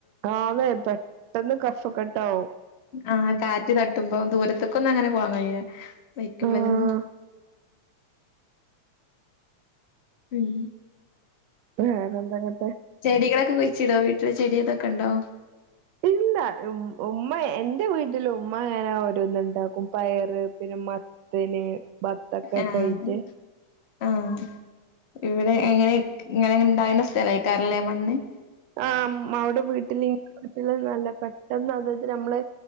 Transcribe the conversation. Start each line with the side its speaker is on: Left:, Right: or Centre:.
Right: ആന്നേ പെട്ടെന്ന് കഫക്കെട്ട് തൗ
Left: ആ കാറ്റ് തട്ടുമ്പോ ദൂരത്ത് അക്കൊന്നും അങ്ങനെ പോവാൻ കയില്ല ബൈക്കുമ്മേലും
Right: ആഹ്
Left: ഉം
Right: വേറെന്തകാൻ
Left: ചെടി കളൊക്കെ കുയ് ചിടോ വീട്ടിലെ ചെടിയൊക്കെ കണ്ടോ
Right: ഇല്ല ഉ ഉമ്മ എന്റെ വീട്ടിൽ ഉമ്മ അങ്ങനെ ഓരോന്നുണ്ടാക്കും പയറ് പിന്നെ മത്തനെ ബത്തൊക്കെ
Left: ആഹ്
Right: കയി ച്ചേ
Left: ആഹ് ഇവിടെ എങ്ങനെ ഇങ്ങനിങ്ങണുണ്ടാവുന്ന സ്ഥലേക്കെ ലേമണ്ണി
Right: ആ മവിടെ വീട്ടിലി നല്ല പെട്ടെന്ന് അതത് നമ്മള്